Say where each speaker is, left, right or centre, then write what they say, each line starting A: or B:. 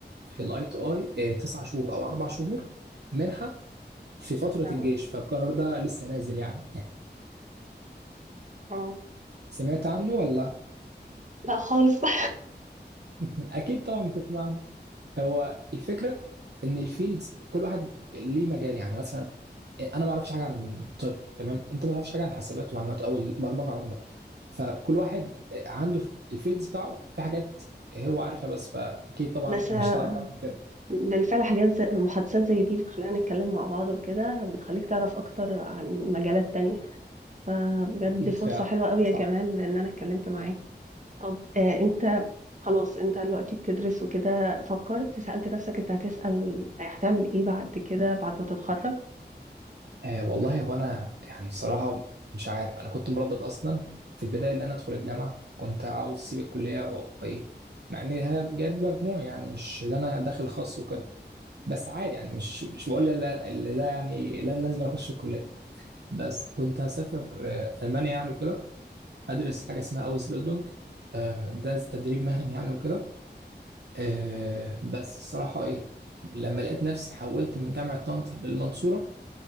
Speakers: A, on the right (about 70°); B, on the right (about 45°).
A: في الأي تو أي تسع شهور أو أربع شهور منحة في فترة
B: نعم
A: الجيش فالقرار ده لسه نازل يعني
B: اه
A: سمعت عنه ولا؟
B: لا خالص <laughs>
A: <laughs> أكيد طبعا بتسمع عنه هو الفكره ان الفيلدز كل واحد ليه مجال يعني مثلا انا ما اعرفش حاجه عن طب تمام انت ما تعرفش حاجه عن حسابات ومعلومات او البرمجه عموما فكل واحد عنده في الفيلدز بتاعه في حاجات هو عارفها بس فاكيد طبعا
B: بس
A: مش
B: آه،
A: تعرف أكتر من كده
B: بالفعل حاجات زي محادثات زي دي بتخلينا نتكلم مع بعض وكده بتخليك تعرف أكتر عن مجالات تانية فبجد
A: اكيد
B: دي فرصة
A: فعلا
B: حلوة قوي
A: صح
B: يا جمال إن أنا اتكلمت معاك طب آه أنت خلاص أنت دلوقتي بتدرس وكده فكرت سألت نفسك أنت هتسأل هتعمل إيه بعد كده بعد ما تتخرج
A: آه والله هو انا يعني الصراحه مش عارف انا كنت مردد اصلا في البدايه اللي انا ادخل الجامعه كنت عاوز اسيب الكليه و- وايه مع ان هي جايب مجموع يعني مش اللي انا داخل خاص وكده بس عادي يعني مش مش بقول لا اللي ده يعني لا لازم أنا اخش الكليه بس كنت هسافر آه، المانيا يعني وكده ادرس حاجه اسمها اوس بيلدونج ده تدريب مهني يعني وكده آه، بس الصراحه ايه لما لقيت نفسي حولت من جامعه طنطا للمنصوره